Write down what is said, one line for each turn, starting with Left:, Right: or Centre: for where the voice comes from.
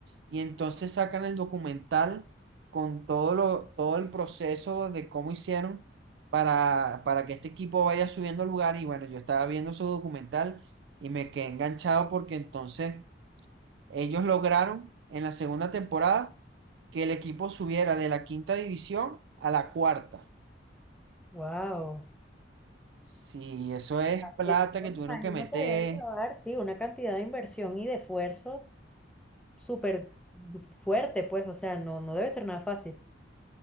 Right: y entonces sacan el documental con todo lo, todo el proceso de cómo hicieron para, para que este equipo vaya subiendo al lugar. Y bueno, yo estaba viendo su documental y me quedé enganchado porque entonces ellos lograron en la segunda temporada que el equipo subiera de la quinta división a la cuarta.
Centre: Wow.
Right: Sí, eso es plata
Centre: Eso
Right: que
Centre: me
Right: tuvieron
Centre: imagino
Right: que meter,
Centre: que debe llevar, sí, una cantidad de inversión y de esfuerzo súper du- fuerte, pues, o sea, no, no debe ser nada fácil.